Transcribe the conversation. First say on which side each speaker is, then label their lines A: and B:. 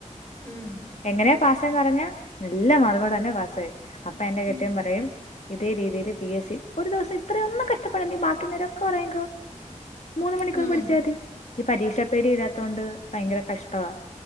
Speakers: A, on the left; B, on the left.
A: ഉം
B: എങ്ങനെയാ പാസ്സായേന്ന് പറഞ്ഞാ നല്ല മാർക്കോടെതന്നെ പാസ്സായി. അപ്പ എന്റെ കെട്ടിയോൻ
A: ഉം
B: പറയും. ഇതേ രീതിയില് പി എസ് സി. ഒരു ദിവസം ഇത്രയൊന്നും കഷ്ടപ്പെടണ്ട ഈ ബാക്കി ള്ളനേരം ഒക്കെ ഒറങ്ങിക്കോ. മൂന്ന് മണിക്കൂർ
A: ഉം
B: പഠിച്ചാതി. ഈ പരീക്ഷാ പേടി ഇല്ലാത്തോണ്ട് ഭയങ്കര കഷ്ടവാ.